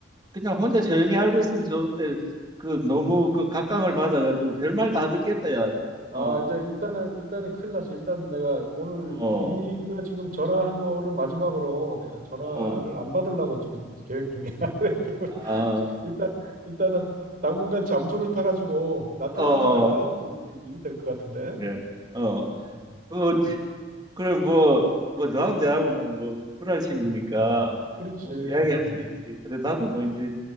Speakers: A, on the right (about 20°); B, on the right (about 45°).
A: 그냥 혼자 조용히 알고 있으면 좋은데 그 너무 그 각광을 받아가지고 별말 다 듣겠다 야.
B: 아,
A: 어,
B: 이제 일단은, 일단은 큰일 났어. 일단 내가 오늘
A: 어,
B: 네가 지금 전화한 거를 마지막으로 내가 전화를
A: 어,
B: 안 받으려고 지금 계획 중이야. <laughs> 그래가지고
A: 아,
B: 일단, 일단은 당분간 잠수를 타가지고 나타나질
A: 어,
B: 않아야지
A: 어,
B: 이게 일이 될 것 같은데.
A: 예, 어.
B: 음,
A: 그 그래 뭐 뭐 너하고 내하고는 뭐 불알 친구니까
B: 어, 그렇지.
A: 뭐 이야기할
B: 예.
A: 수 있지. 그래 나도 뭐 이제